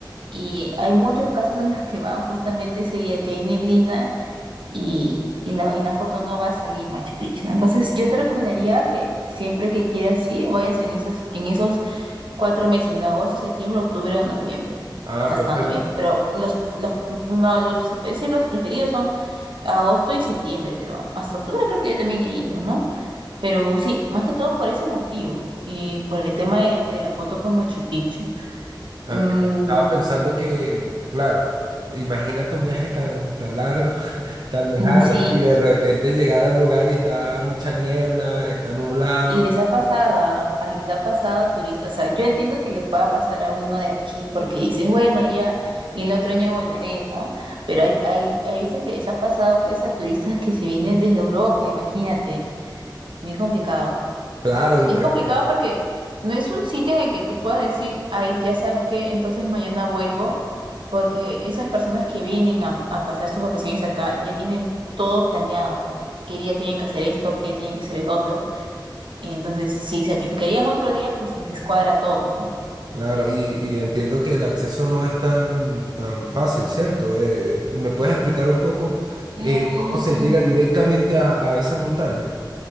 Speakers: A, on the right; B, on the right.
A: Y hay muchos casos en los que van justamente ese día que hay neblina y en la, en la foto no va a salir Machu Picchu, ¿no? Entonces yo te recomendaría que siempre que quieras sí vayas en esos, en esos cuatro meses, en agosto, septiembre, octubre o noviembre.
B: Ah,
A: Hasta
B: perfecto.
A: noviembre, pero los, los, no, los, se puede decir los preferidos son agosto y septiembre, creo. Hasta octubre creo que yo también he ido, ¿no? Pero sí, más que todo por ese motivo, y por el tema de, de la foto con Machu Picchu. Mm,
B: Ah, est- Estaba pensando que, claro, imagínate un viaje tan, tan largo. tan lejano
A: <laughs> sí,
B: y de repente llegar al lugar y está mucha niebla, está nublado.
A: y les ha pasado, a- a- les ha pasado a turistas, o sea, yo entiendo que le pueda pasar a uno de aquí porque dices, bueno, ya el otro año volveré, ¿no? Pero hay, hay, hay veces que les ha pasado pues a turistas que se vienen desde Europa, imagínate, muy complicado.
B: Claro, y
A: Y
B: ma-
A: es complicado
B: eh,
A: porque no es un sitio en el que tú puedas decir, ay, ya sabes qué, entonces mañana vuelvo, porque esas personas que vienen a, a pasar sus vacaciones acá ya tienen todo planeado, o sea, qué día tienen que hacer esto, qué día tienen que hacer el otro. Y entonces, si sacrificarían otro día, pues les descuadra todo, ¿no?
B: claro, y, y entiendo que el acceso no es tan, tan fácil, ¿cierto? Eh, eh, ¿me puedes explicar un poco
A: Mm,
B: eh, cómo se llega directamente a, a esa montaña?